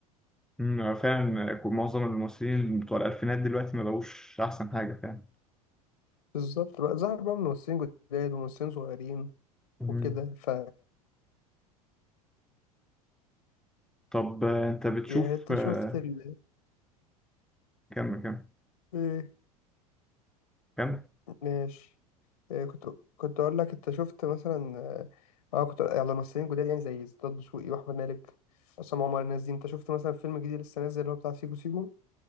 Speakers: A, in the centre; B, on the left.
A: أمم، فعلا معظم الممثلين بتوع الألفينات دلوقتي ما بقوش أحسن حاجة فعلا
B: بالظبط بقى ظهر بقى ممثلين جداد وممثلين صغيرين
A: مم.
B: وكده ف
A: طب آه، أنت بتشوف
B: يعني أنت
A: آه،
B: شفت ال
A: كم كم
B: إيه،
A: كم
B: ماشي إيه، كنت كنت أقول لك أنت شفت مثلا أه آه، كنت على ممثلين جداد يعني زي ستاد دسوقي وأحمد مالك عصام عمر الناس دي أنت شفت مثلا فيلم جديد لسه نازل اللي هو بتاع سيكو سيكو